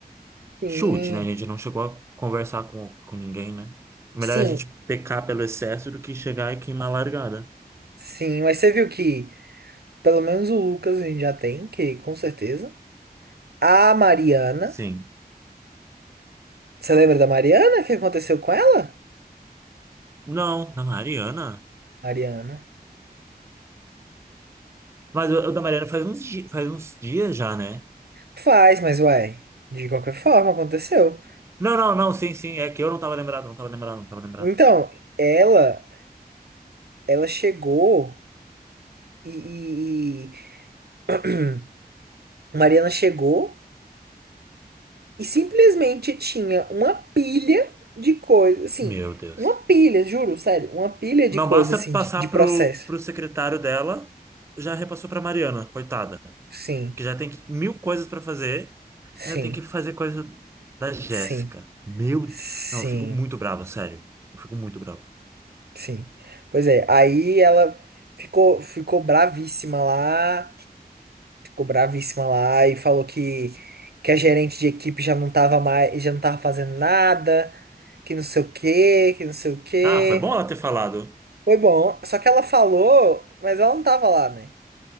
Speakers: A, on the right (about 75°); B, on the right (about 15°).
A: Sim,
B: chute, né? A gente não chegou a conversar com, com ninguém, né? Melhor
A: sim,
B: a gente pecar pelo excesso do que chegar e queimar a largada.
A: sim. Mas você viu que pelo menos o Lucas a gente já tem, que com certeza. A Mariana.
B: Sim.
A: Você lembra da Mariana? O que aconteceu com ela?
B: Não, da Mariana?
A: Mariana.
B: Mas o, o da Mariana faz uns, di- faz uns dias já, né?
A: Faz, mas uai. De qualquer forma, aconteceu.
B: Não, não, não, sim, sim. É que eu não tava lembrado, não tava lembrado, não tava lembrado.
A: Então, ela. Ela chegou. e, e- e- Hum. Mariana chegou e simplesmente tinha uma pilha de coisas, assim,
B: Meu Deus.
A: uma pilha, juro, sério, uma pilha de
B: Não
A: coisas,
B: basta
A: assim,
B: passar
A: de, de processo.
B: pro, pro secretário dela, já repassou pra Mariana, coitada.
A: Sim,
B: Que já tem que- mil coisas pra fazer,
A: sim,
B: ainda tem que fazer coisa da Jéssica.
A: sim,
B: Meu,
A: sim,
B: não, eu fico muito bravo, sério. Eu fico muito bravo.
A: sim. Pois é, aí ela ficou, ficou bravíssima lá, ficou bravíssima lá e falou que, que a gerente de equipe já não tava mais, já não tava fazendo nada, que não sei o quê, que não sei o quê.
B: Ah, foi bom ela ter falado.
A: Foi bom, só que ela falou, mas ela não tava lá, né?